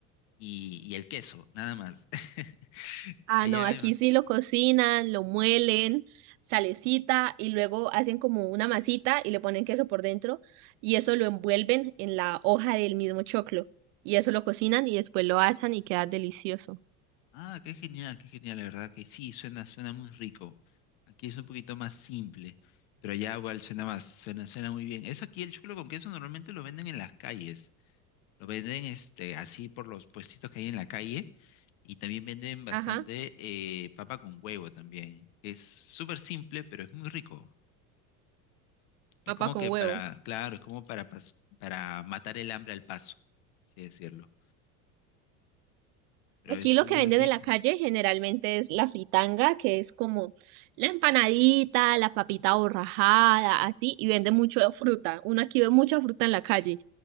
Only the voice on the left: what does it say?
y, y el queso, nada más. <laughs>
Allá,
hay ma-
ah, qué genial, qué genial, la verdad que sí, suena, suena muy rico. Aquí es un poquito más simple, pero allá igual suena más, suena, suena muy bien. Eso aquí el choclo con queso normalmente lo venden en las calles. Lo venden este, así por los puestitos que hay en la calle y también venden bastante
eh, papa con huevo también. Es súper simple, pero es muy rico. Es
como
que
para, claro, es como para, pas- para matar el hambre al paso, así decirlo. Pero
es
muy
rico.